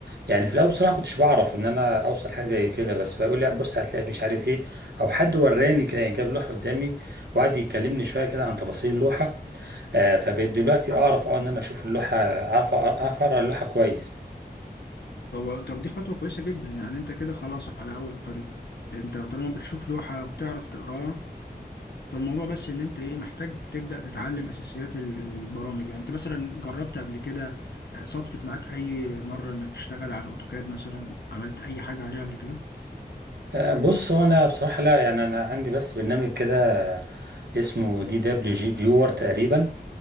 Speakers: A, on the right; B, on the left.
A: يعني في الاول بصراحه كنتش بعرف ان انا اوصل حاجه زي كده بس بقول لا بص هتلاقي مش عارف ايه او حد وراني كده يعني جاب لوحه قدامي وقعد يكلمني شويه كده عن تفاصيل اللوحه آه، فبقيت دلوقتي اعرف اه ان انا اشوف اللوحه اعرف اعرف اقرا اللوحه كويس
B: طب طب دي خطوة كويسة جدا يعني انت كده خلاص على اول الطريق انت طالما بتشوف لوحة بتعرف تقراها فالموضوع بس ان انت ايه محتاج تبدأ تتعلم اساسيات ال- البرامج يعني انت مثلا جربت قبل كده آه، صدفت معاك اي مرة انك تشتغل على اوتوكاد مثلا عملت اي حاجة عليه قبل كده
A: آه، بص هو انا بصراحه لا يعني انا عندي بس برنامج كده اسمه دي دبليو جي فيور تقريبا